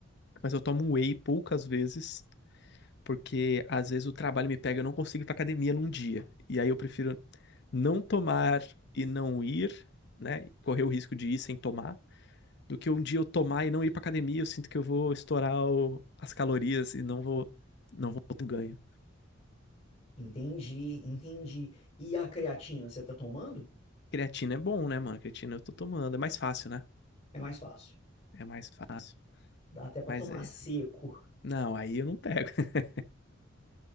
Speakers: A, on the left (about 55°); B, on the left (about 35°).
A: Mas eu tomo whey poucas vezes, porque às vezes o trabalho me pega, eu não consigo ir pra academia num dia. E aí eu prefiro não tomar e não ir, né? Correr o risco de ir sem tomar do que um dia eu tomar e não ir pra academia, eu sinto que eu vou estourar o- as calorias e não vou, não vou ter um ganho.
B: Entendi, entendi. E a creatina você tá tomando?
A: Creatina é bom, né, mano? Creatina eu tô tomando. É mais fácil, né?
B: É mais fácil.
A: É mais fácil.
B: Dá até pra
A: Mas
B: tomar
A: é.
B: seco.
A: Não, aí eu não pego. <laughs>